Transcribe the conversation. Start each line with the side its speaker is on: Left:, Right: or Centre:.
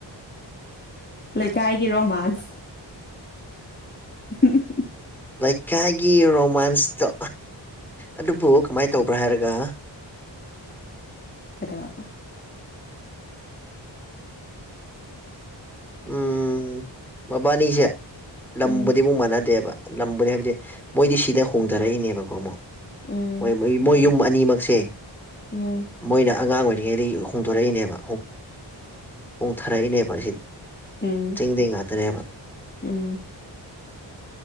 Left: ꯂꯩꯀꯥꯏꯒꯤ ꯔꯣꯃꯥꯟꯁ <unintelligible> ꯎꯝ
Centre: ꯂꯩꯀꯥꯏꯒꯤ ꯔꯣꯃꯥꯟꯁꯇꯣ ꯑꯗꯨꯕꯨ ꯀꯃꯥꯏꯅ ꯇꯧꯕ꯭ꯔꯥ ꯍꯥꯏꯔꯒ
Left: ꯀꯩꯗꯧꯔꯕꯥ
Centre: ꯎꯝ ꯃꯕꯥꯅꯤꯁꯦ ꯂꯝꯕꯨꯗꯤ
Left: ꯎꯝ
Centre: ꯑꯃꯨꯛ ꯃꯥꯟꯅꯗꯦꯕ ꯂꯝꯕꯨꯗꯤ ꯍꯥꯏꯕꯗꯤ ꯃꯣꯏꯗꯤ ꯁꯤꯗ ꯍꯣꯡꯗꯔꯛꯏꯅꯦꯕꯀꯣ ꯑꯃꯨꯛ
Left: ꯎꯝ
Centre: ꯃꯣꯏ ꯃꯣꯏ ꯃꯣꯏ ꯌꯨꯝ ꯑꯅꯤꯃꯛ ꯁꯦ
Left: ꯎꯝ
Centre: ꯃꯣꯏꯅ ꯑꯉꯥꯡ ꯑꯣꯏꯔꯤꯉꯩꯗ ꯍꯣꯡꯗꯣꯔꯛꯏꯅꯦꯕ ꯍꯣꯡꯊꯔꯛꯏꯅꯦꯕ
Left: ꯎꯝ
Centre: ꯆꯤꯡꯗꯩ ꯉꯥꯛꯇꯅꯦꯕ
Left: ꯎꯝ